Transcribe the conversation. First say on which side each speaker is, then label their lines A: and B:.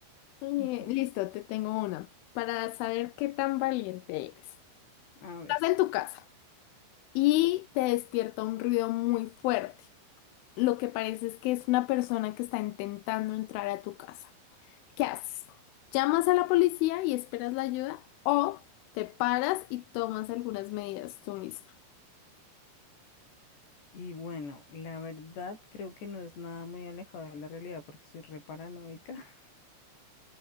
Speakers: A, on the left; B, on the left.
A: Eh,
B: <laughs>
A: listo, te tengo una. Para saber qué tan valiente eres.
B: A ver.
A: Estás en tu casa y te despierta un ruido muy fuerte. Lo que parece es que es una persona que está intentando entrar a tu casa. ¿Qué haces? ¿Llamas a la policía y esperas la ayuda o te paras y tomas algunas medidas tú misma?
B: Y bueno, la verdad creo que no es nada muy alejado de la realidad porque soy re paranoica. <laughs>